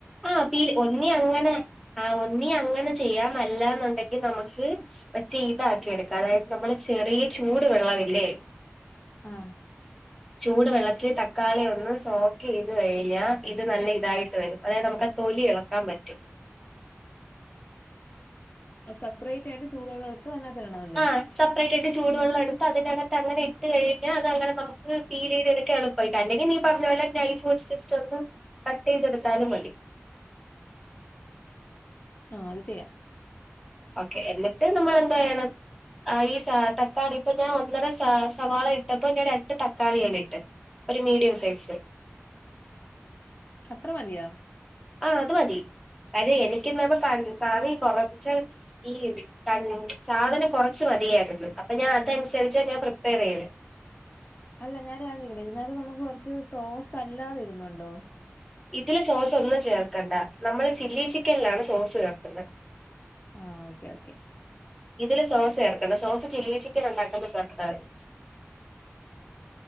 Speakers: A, in the centre; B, on the left.
A: ആഹ പിൽ ഒന്നി അങ്ങനെ ആ ഒന്നി അങ്ങനെ ചെയ്യാമല്ല എന്നുണ്ടെങ്കിൽ നമുക്ക് മറ്റേ ഇതാക്കിടുക്കാം അതായത് നമ്മള് ചെറിയ ചൂട് വെള്ളമില്ലേ
B: ആഹ
A: ചൂട് വെള്ളത്തില് തക്കാളി ഒന്ന് സോക്ക് ചെയ്ത് കഴിഞ്ഞാൽ ഇത് നല്ല ഇതായിട്ട് വരും അതായത് നമുക്ക് ആ തൊലി ഇളക്കാൻ പറ്റും
B: സെപെറേറ്റ് ആയിട്ടു ചൂടുവെള്ള എടു <unintelligible>
A: ആഹ സപ്പ <unintelligible> അതിനകത്ത് അങ്ങനെ ഇട്ട്കഴിഞ്ഞാൽ അങ്ങന നമുക്ക് പിൻ ചെയ്ത എടുക്ക എളപ്പും <unintelligible> അല്ലെങ്കിൽ നീ പറഞ്ഞോള്ള നൈഫ് സിസ്റ്റം ഒന്ന് കട്ട് ചെയ്തെടുത്താലും മതി
B: ആ അത് ചെയ്യാം
A: ഓക്കെ എന്നിട്ട് നമ്മൾ എന്തെയ്യണം ആ ഈ സ തക്കാളി ഇപ്പൊ ഞാൻ ഒന്നര സ സവാള ഇട്ടപ്പോ ഞാൻ രണ്ട് തക്കാളി അയ്ല് ഇട്ട് ഒരു മീഡിയം സൈസ്
B: അത്ര മതിയാ
A: ആ അത് മതി അത് എനിക്ക്ന്ന് കാറി കറി കുറച്ച് ഈ ക സാധനം കൊറച്ച് മതിയായിരുന്നു അപ്പൊ ഞാൻ അതനുസരിച്ചാ ഞാൻ പ്രിപ്പയർ ചെയ്ത്
B: അല്ല ഞാൻ ഒരു കാര്യം ചോദിക്കട്ടെ ഇതിനകത്ത് നമുക്ക് കുറച്ച് സോസ് അല്ലാതെ ഇടുന്നുണ്ടോ
A: ഇതില് സോസ് ഒന്നും ചേർക്കണ്ട നമ്മള് ചില്ലി ചിക്കനിലാണ് സോസ് ചേർക്കുന്നത്
B: ആ ഓക്കേ ഓക്കെ
A: ഇതില് സോസ് ചേർക്കണ്ട സോസ് ചില്ലി ചിക്കൻ ഉണ്ടാക്കുന്ന ചേർത്തമതി